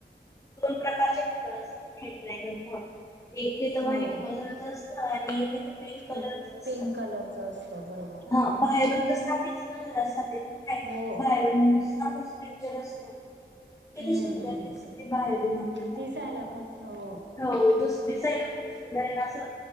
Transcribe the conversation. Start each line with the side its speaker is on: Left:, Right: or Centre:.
Left: दोन प्रकारचे फळ असत नाही ड्रॅगन फळ. एक आहे तर
Right: हो
Left: व्हाईट कलरच असतं आणि एक आहे तर पिंक कलरच
Right: एक
Left: असतं.
Right: पिंक कलरच असतं बरोबर
Left: हा बाहेरून तरच. <unintelligible>
Right: हो
Left: बाहेरख स्ट्रक्चर असतो किती
Right: हम्म
Left: सुंदर.
Right: हम्म
Left: <unintelligible> दिसत ते बाहेर आपल्याला
Right: दिसायला पण हो
Left: हो दुस दिसायला खूप सुंदर आहे आसं